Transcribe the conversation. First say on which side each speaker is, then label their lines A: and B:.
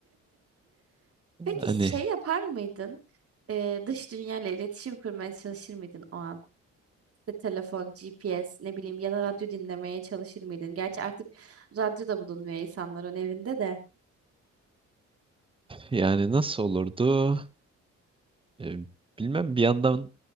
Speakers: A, on the right; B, on the right.
A: Peki
B: Hani
A: şey yapar mıydın? Ee, dış dünyayla iletişim kurmaya çalışır mıydın o an? İşte telefon, GPS, ne bileyim ya da radyo dinlemeye çalışır mıydın? Gerçi artık radyo da bulunmuyor insanların evinde de.
B: yani nasıl olurdu? E, bilmem bir yandan